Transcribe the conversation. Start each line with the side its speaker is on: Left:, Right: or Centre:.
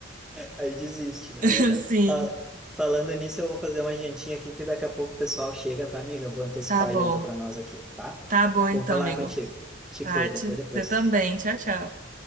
Centre: Aí desiste, né?
Right: <laughs>
Centre: Não dá.
Right: Sim,
Centre: Fala- Falando nisso, eu vou fazer uma jantinha aqui que daqui a pouco o pessoal chega, tá, amiga? Vou antecipar
Right: tá bom.
Centre: a janta para nós aqui, tá?
Right: Tá bom então,
Centre: Bom falar
Right: amigo.
Centre: contigo. Te
Right: Tati,
Centre: cuida, até depois.
Right: você também. Tchau, tchau.